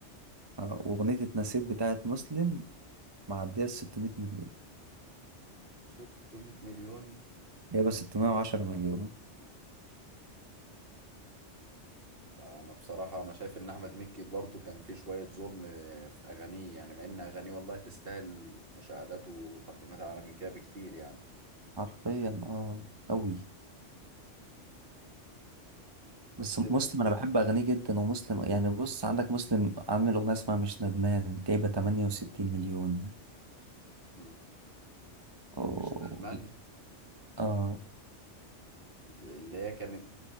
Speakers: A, on the right; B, on the right.
A: آه، وأغنية اتنسيت بتاعت مسلم معدية ال 600 مليون
B: 600 مليون
A: جايبة 610 مليون
B: لا، انا بصراحة انا شايف ان احمد مكي برضو كان فيه شوية ظلم في اغانيه يعني مع ان اغانيه والله تستاهل مشاهدات وتقييمات اعلى من كده بكتير يعني
A: حرفيا اه أوي
B: بس
A: بس مسلم أنا بحب أغانيه جدا ومسلم يعني بص عندك مسلم عامل أغنية اسمها مش ندمان جايبة 68 مليون
B: مم.
A: أوه.
B: انا مش ندمان
A: اه
B: اللي هي كانت